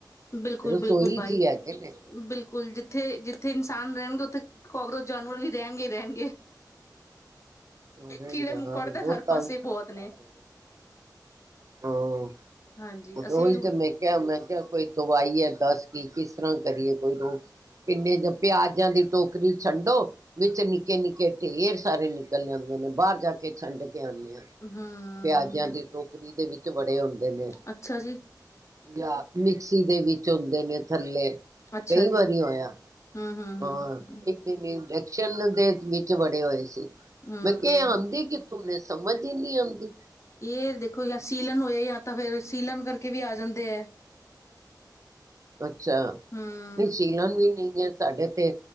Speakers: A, on the left (about 40°); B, on the right (about 50°).
A: ਬਿਲਕੁਲ
B: ਰਸੋਈ
A: ਬਿਲਕੁਲ ਬਾਈ
B: ਚ ਹੀ ਹੈਗੇ ਨੇ।
A: ਬਿਲਕੁਲ ਜਿੱਥੇ ਜਿੱਥੇ ਇਨਸਾਨ ਰਹਿਣਗੇ ਉੱਥੇ ਕਾਕਰੋਚ ਜਾਨਵਰ ਵੀ ਰਹਿਣਗੇ ਹੀ ਰਹਿਣਗੇ।
B: ਅਰੇ
A: ਕੀੜੇ
B: ਯਾਰ
A: ਮਕੌੜੇ
B: ਬਹੁਤ
A: ਤਾਂ ਹਰ
B: ਤੰਗ
A: ਪਾਸੇ ਬਹੁਤ
B: ਪਰੇਸ਼ਾਨ
A: ਨੇ
B: ਹਾ। ਹੋਰ
A: ਹਾਂਜੀ
B: ਓਦੋ
A: ਅਸੀਂ ਵੀ
B: ਹੀ ਤੇ ਮੈਂ ਕਿਹਾ ਮੈਂ ਕਿਹਾ ਕੋਈ ਦਵਾਈ ਹੈ ਦੱਸ ਕੀ ਕਿਸ ਤਰ੍ਹਾਂ ਕਰੀਏ ਕੋਈ ਰੋਕ ਕਿੰਨੇ ਜ ਪਿਆਜਾਂ ਦੀ ਟੋਕਰੀ ਛੰਡੋ ਵਿੱਚ ਨਿੱਕੇ ਨਿੱਕੇ ਢੇਰ ਸਾਰੇ ਨਿਕਲ ਜਾਂਦੇ ਨੇ ਬਾਹਰ ਜਾ ਕੇ ਛੰਡ ਕੇ ਆਣੀ ਆ।
A: ਹਮ
B: ਪਿਆਜਾਂ ਦੀ ਟੋਕਰੀ ਦੇ ਵਿੱਚ ਪਏ ਹੁੰਦੇ ਨੇ,
A: ਅੱਛਾ ਜੀ
B: ਯਾਂ ਮਿਕਸੀ ਦੇ ਵਿੱਚ ਹੁੰਦੇ ਨੇ ਥੱਲੇ
A: ਅੱਛਾ
B: ਕਈ
A: ਜੀ
B: ਵਾਰੀ ਹੋਇਆ
A: ਹਮ ਹਮ
B: ਔਰ
A: ਹਮ
B: ਇੱਕ ਦਿਨ ਇੱਕ ਛੈਲ ਦੇ ਨੀਚੇ ਵੜੇ ਹੋਏ ਸੀ।
A: ਹਮ
B: ਮੈਂ ਕਿਹਾ ਆਦੇ ਕਿੱਥੋਂ ਨੇ ਸਮਝ ਹੀ ਨਹੀਂ ਆਦੀ।
A: ਇਹ ਦੇਖੋ ਜਾਂ ਸੀਲਨ ਹੋਏ ਜਾਂ ਤਾਂ ਫਿਰ ਸੀਲਨ ਕਰਕੇ ਵੀ ਆ ਜਾਂਦੇ ਹੈ।
B: ਅੱਛਾ ਨਹੀਂ
A: ਹਮ
B: ਸੀਲਨ ਵੀ ਨਹੀਂ ਹੈ ਸਾਡੇ ਤੇ